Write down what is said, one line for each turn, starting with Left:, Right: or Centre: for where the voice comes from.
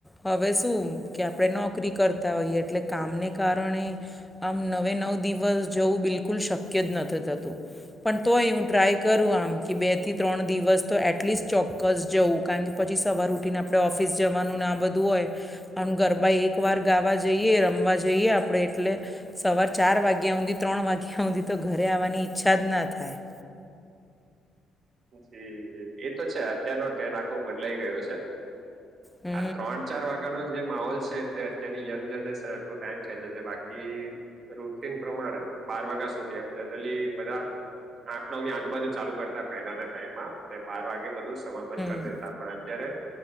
Centre: હવે શું કે આપણે નોકરી કરતા હોઈએ એટલે કામને કારણે આમ નવે નવ દિવસ જવું બિલકુલ શક્ય જ નથી થતું. પણ તોય હું ટ્રાય કરું આમ કે બે થી ત્રણ દિવસ તો એટલીસ્ટ ચોક્કસ જવું કારણ કે પછી સવાર ઉઠીને આપણે ઓફિસ જવાનું ને આ બધું હોય. અને ગરબા એકવાર ગાવા જઈએ રમવા જઈએ આપણે એટલે સવાર ચાર વાગ્યા હુધી ત્રણ વાગ્યા હુધી તો ઘરે આવવાની ઈચ્છા જ ના થાય.
Right: જી એ તો છે અત્યારનો ટ્રેન આખો બદલાઈ ગયો છે.
Centre: હમ.
Right: આ ત્રણ ચાર વાગ્યાનો જે માહોલ છે તે ત્યાંની યંગ જનરેશન એટલો ટાઈમ ખેંચે છે બાકી રૂટન પ્રમાણે બાર વાગ્યા સુધી એમ જનરલી બધા આઠ નવ ની આજુબાજુ ચાલુ કરતા પહેલાના ટાઈમમાં ને બાર વાગે બધું સમાપન કરી
Centre: હમ.
Right: દેતા પણ અત્યારે.